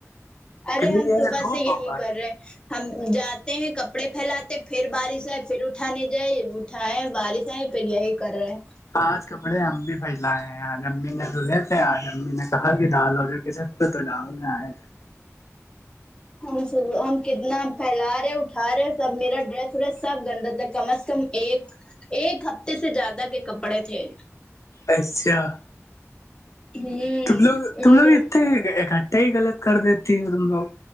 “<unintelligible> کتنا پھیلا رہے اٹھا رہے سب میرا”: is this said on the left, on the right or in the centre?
Left